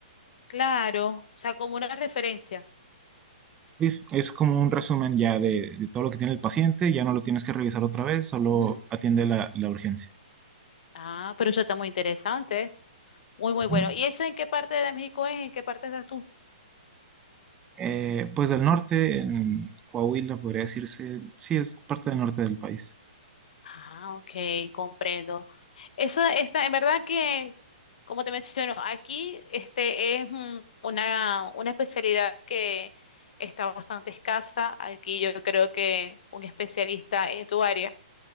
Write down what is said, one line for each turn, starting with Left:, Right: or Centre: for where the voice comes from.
Left: claro, o sea, como una referencia.
Right: Sí, es como un resumen ya de, de todo lo que tiene el paciente, ya no lo tienes que revisar otra vez, solo
Left: Ujú.
Right: atiende la, la urgencia.
Left: Ah, pero eso está muy interesante, muy, muy
Right: Ujú.
Left: bueno. ¿Y eso en qué parte de México es? ¿En qué parte estás tú?
Right: Eh, pues del norte, en Coahuila podría decirse, sí, es parte del norte del país.
Left: Ah, ok, comprendo. Eso está, en verdad que, como te menciono, aquí este es un- una, una especialidad que está bastante escasa. Aquí yo creo que un especialista en tu área